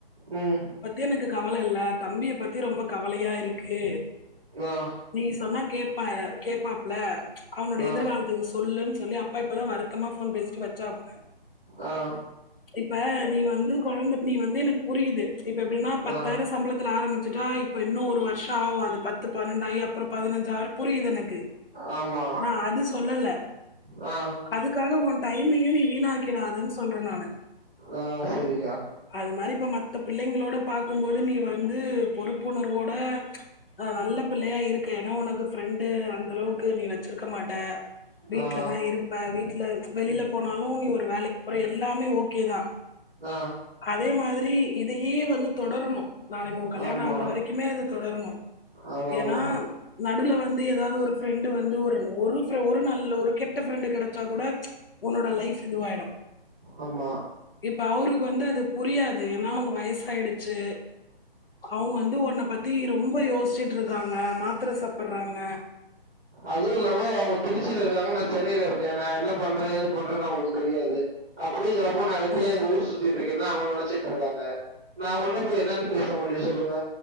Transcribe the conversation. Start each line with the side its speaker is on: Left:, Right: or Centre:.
Centre: ம்
Left: பத்தி எனக்கு கவலை இல்ல தம்பிய பத்தி ரொம்ப கவலயா இருக்கு கு
Centre: ஆ
Left: நீ சொன்னா கேப்ப கேப்பாப்ல அவனோட
Centre: ஆ
Left: எதிர்காலத்துக்கு சொல்லுன்னு சொல்லி அப்பா இப்பதான் வருத்தமா போன் பேச வச்சப்புல்லா
Centre: ஆ
Left: இப்ப நீ வந்து குழந்தை நீ வந்து எனக்கு புரியுது இப்ப எப்பிடின்னா பத்தாயிரம்
Centre: ஆ
Left: சம்பளத்துல ஆரம்பி டா இப்போ ஓரு வருஷம் ஆவு அது பத் த்து பன்னெண்டாயி அப்றோ பதினஞ்சாயிரு புரியுது எனக்கு
Centre: ஆமா
Left: நா அது சொல்லல
Centre: ஆ
Left: அதுக்காக உன் டை மயு நீ வீணாக் கிடாதுன்னு சொல்றே நானு
Centre: ஆ சரிக்கா
Left: அது மாரி இப்ப மத்த பிள்ளைங்களோட பாக்கும்போது நீ வந் து பொறுப்புணர்வோட ஆ நல்ல பிள்ளையா இருக்க ஏன்னா உனக்கு ஃப்ரெண்டு அந்த அளவுக்கு நீ வச்சிருக்க மாட்ட வீட்லதா
Centre: ஆ
Left: இருப்ப வீட்ல வெளில போனாலு நீ ஒரு வேலைக்கு போற எல்லாமே ஓகேதா
Centre: ஆ
Left: அதே மாதிரி இதயே வந்து தொடரணு நாளைக்கு உன் கல்யாணோ
Centre: ஆமா
Left: ஆகுற வரைக்குமே அது தொடரணு
Centre: ஆமா
Left: ஏன்னா
Centre: ஆமா
Left: நடுல வந்து எதாவது ஒரு பிஃரெண்ட் வந்து ஒரு ஒரு ஃபிர ஒரு நல்ல ஒரு கெட்ட ஃபிரெண்ட் கெட ச்சா கூட உன்னோட லைஃப் இதுவாயிடும்
Centre: ஆமா
Left: இப்ப அவுரு க்கு வந்து அது புரியாது ஏன்னா அவங்க வயசாயிடுச்சு அவங்க வந்து உன்ன பத்தி ரொம் ப யோசிச்சுட்டு இருக்காங்க மாத்திர சாப்பர்றாங்க
Centre: அதுவு இல்லாம அவங்க திருச்சியில இருக்காங்க நா சென்னையில இருக்கே நா என்ன பண்றே ஏது பண்றேன்னு அவுங்களுக்கு தெரியாது அப் டிங்கிறப்ப நா வெட்டியா
Left: ம்.
Centre: இங்க ஊர் சுத்திட் டு இருக்கேன்னு அவங்க நெனைச்சுட்ருக்காங்க நான் அவுங்கள்ட்ட போய் என்னன்னு பேச முடியு சொல்லுங்க